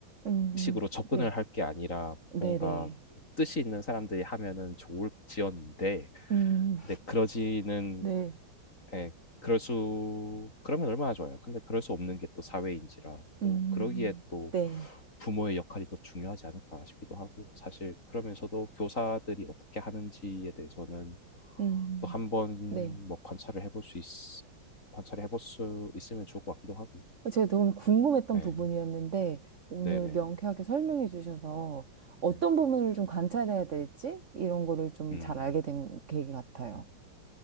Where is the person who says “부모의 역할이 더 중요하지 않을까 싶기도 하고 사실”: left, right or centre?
Left